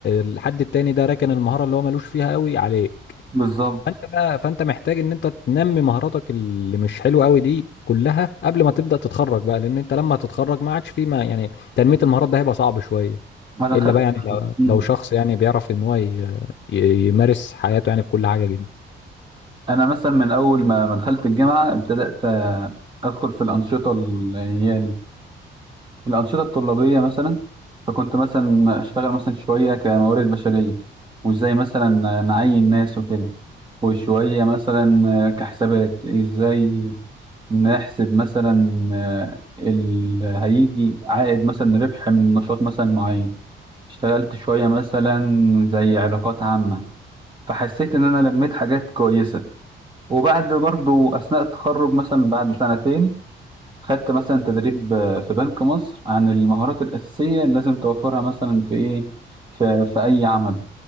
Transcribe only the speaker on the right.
بالظبط
ما انا
خدت
أمم.
انا مثلا من اول ما ما دخلت الجامعه ابتدات آه، ادخل في الانشطه اللي هي الأنشطة الطلابية مثلا فكنت مثلا أشتغل مثلا شوية كموارد بشرية وإزاي مثلا نعين ناس وكده وشوية مثلا كحسابات إزاي نحسب مثلا اللي هيجي عائد مثلا ربح من نشاط مثلا معين اشتغلت شوية مثلا زي علاقات عامة فحسيت إن أنا لميت حاجات كويسة وبعد برضو أثناء التخرج مثلا بعد سنتين خدت مثلا تدريب آه، في بنك مصر عن المهارات الأساسية اللي لازم توفرها مثلا في إيه في, في أي عمل